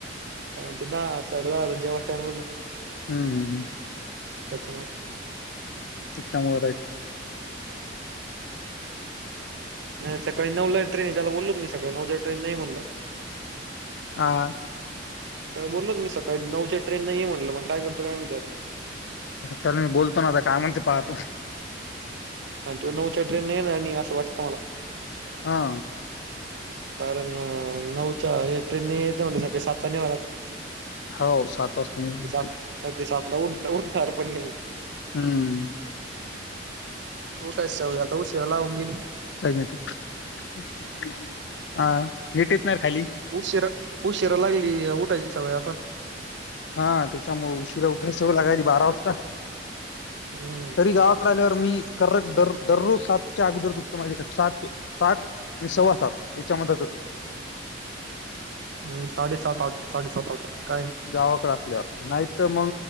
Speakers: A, on the right; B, on the left.
A: अतीना सडदा जवस् टाईमल
B: हम् हम हम.
A: त्याच्यामुळे.
B: त्याच्यामुळे राईट.
A: नाही सकाळी नऊला ट्रेन आहे, त्याला बोलल तुम्ही सकाळी नऊच्या ट्रेन नाही म्हणलं
B: हा!
A: बोललो तु मी सकाळी नऊच्या ट्रेन नाही ये म्हटलं मग काय करतो काय माहिती आता.
B: तर मी बोलतो ना आता काय म्हणते पाहतो.
A: आणि तू नऊच्या ट्रेन नाही आणि असं वाटतं मला.
B: हा!
A: कारण नऊच्या ट्रेनने येतं मला सकाळी सात न्यावं लागतं.
B: हो सात वाजता निघावं लागते
A: सात ते सातला उठ उठणार पण नाही.
B: हम्!
A: उठायची सवय आता उशिरा लागून घेईल.
B: <unintelligible>
A: उशिरा उशिरा लागली उठायची सवय आता.
B: हा त्याच्यामुळे उशिरा उठायला सगळं लागायली बारा वाजता.
A: हो!
B: तरी गावाकडे आल्यावर मी कक दर दररोज सातच्या अगोदर तुटतो माझे सात साठ म सव्वा सात याच्या मतच
A: म साडेसात आठ साडेसात आठ काय,
B: गावाकडे असल्यावर नाही तर, मग